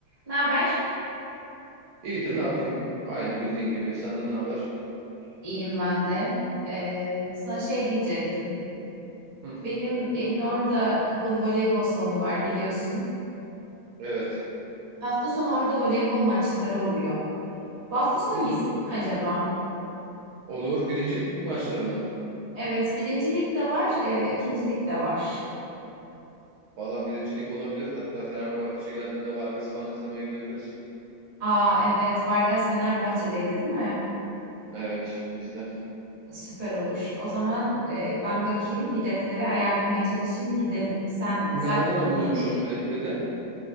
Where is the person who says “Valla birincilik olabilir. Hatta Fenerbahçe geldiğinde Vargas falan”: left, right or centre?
Right